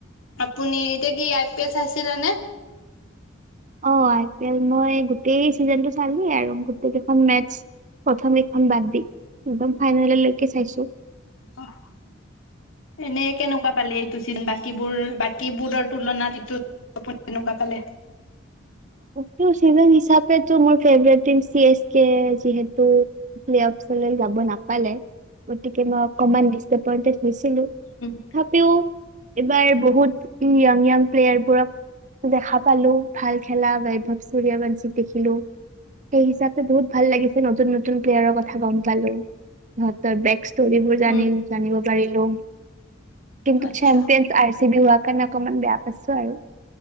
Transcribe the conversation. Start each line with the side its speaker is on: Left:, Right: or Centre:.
Left: আপুনি এতিয়া কি আই পি এল চাইছিলে নে?
Right: অ আই পি এল মই গোটেই ছিজনটো চালোঁ আৰু গোটখন মেচস প্ৰথমখন বাদ দি একদম ফাইনেলকে চাইছোঁ।
Left: অহ। এনেই কেনেকুৱা পালে এইট হেতু ছিজন বাকীবোৰ বাকীবোৰত তুলনাত‌ ছিজন আপুনি তেনেকুৱা পালে?
Right: কি‌ হয়ছে? ছিজন হিচাপে তোমোৰ favourite. Team C S K যিহেতু প্লে অপচনাল ৰাখ নাপালে গতিকে মই অকমান হৈছিলোঁ। তথাপিও
Left: উম
Right: এইবাৰ বহুত ইয়য়া্ য়াং প্লেয়াৰবোৰক দেখা পালোঁ, ভালকে খেলা, বৈভৱ সূৰ্যবংশীক দেখিলোঁ সেইহিচাপে বহুত ভাল লাগিছে নতুন নতুন প্লেয়াৰৰ কথা গম পালোঁ। সিহঁতৰ বেক ষ্টোৰীবোৰ জনি
Left: উম
Right: জানিব পাৰিলোঁ কিন্তু
Left: আচ্ছা
Right: চেম্পিয়ন আৰ চি বি হোৱা কাৰণে অকণমান বেয়া। হৈছে আৰু